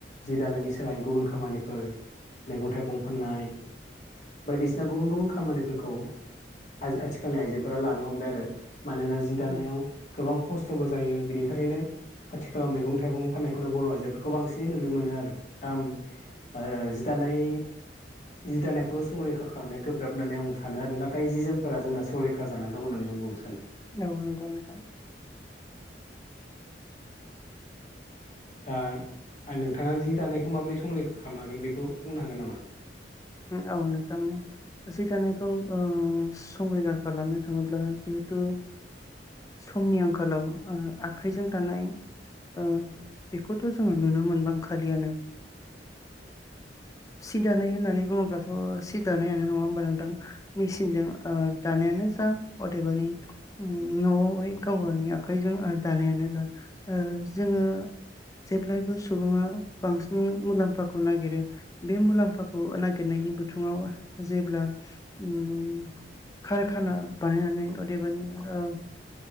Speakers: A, on the left (about 45°); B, on the left (about 20°).
A: जि दानायनि सोलायै गुबुन खामानिफोर मैगं थाइगं फाननाय बायदिसिना गुबुन गुबुन खामानिफोरखौ आजि-आथिखालनि आइजोफोरा लानो हमबाय आरो मानोना जि दानायाव
B: उम
A: गोबां खस्थ'बो जायो बिनि थाखायनो आथिखालाव मैगं थाइगं फाननायखौनो बर' आइजोफोरखौ बांसिनै नुनो मोनो आरो दा ओं जि दानाय जि दानायखौल' संरैखा खालामनाया गोब्राब होननानै आं सानो आरो नाथाय जि जोम फोरा जोंना संरैखा जानानै दं होननानै आं बुंनो सानो।
B: औ नंगौ नोंथां।
A: दा आंनो नोंथाङा जि दानायखौ माबोरै संरैखा खालामनो हागोन बेखौ बुंनो हागोन नामा?
B: ओम औ नोंथां जि दानायखौ ओं संरैखा खालामनो थाङोब्ला जिहेथु समनि आंखालाव ओं आखाइजों दानाय ओं बेखौथ' जोङो नुनो मोनबां खालियानो। सि दानाय होननानै बुङोब्लाथ' सि दानायानो नङा होमबा नोंथां? मेसिनजों ओ दानायानो जा अदेबानि न'आवहाय गाव गावनि आखाइजों दानायानो जा ओं जोङो जेब्लायबो सुबुङा बांसिन मुलाम्फाखौ नागिरो बे मुलाम्फाखौ नागिर नागिरनायनि बुथुङाव जेब्ला ओम खारखाना बानायनानै अदेबानि ओं